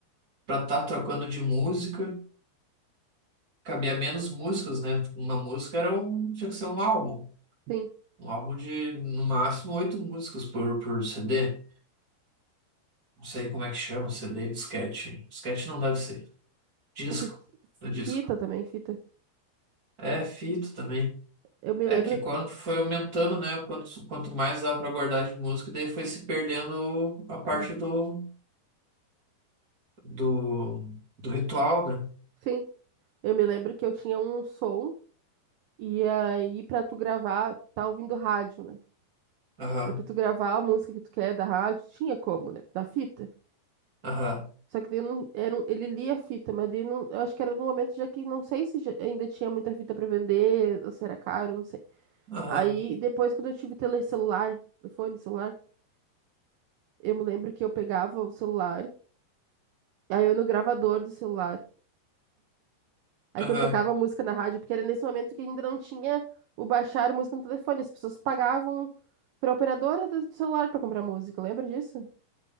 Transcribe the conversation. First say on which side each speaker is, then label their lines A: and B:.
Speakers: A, on the right (about 25°); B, on the right (about 75°).
A: pra estar trocando de música, cabia menos músicas, né? Uma música era um, tinha que ser um álbum.
B: Sim,
A: Um álbum de, no máximo, oito músicas por, por CD. Não sei como é que chama, CD, disquete. Disquete não deve ser. Disco,
B: o que.
A: no disco.
B: Fita também, fita.
A: É, fita também.
B: Eu me
A: É
B: lembro.
A: que quando foi aumentando, né? Quanto, quanto mais dava pra guardar de música, daí foi se perdendo a parte
B: <clears throat>
A: do, do, do ritual, né?
B: Sim, eu me lembro que eu tinha um som e aí pra tu gravar, tá ouvindo rádio, né?
A: Aham,
B: Aí pra tu gravar a música que tu quer da rádio, tinha como, né? Da fita.
A: aham,
B: Só que daí não, era, um- ele lia a fita, mas daí não, eu acho que era no momento já que não sei se já- ainda tinha muita fita pra vender, ou se era caro, não sei.
A: aham,
B: Aí depois quando eu tive tele celular, telefone, celular, Eu me lembro que eu pegava o celular, aí eu ia no gravador do celular. Aí
A: aham.
B: quando tocava música na rádio, porque era nesse momento que ainda não tinha o baixar música no telefone, as pessoas pagavam pra operadora do do celular pra comprar música, lembra disso?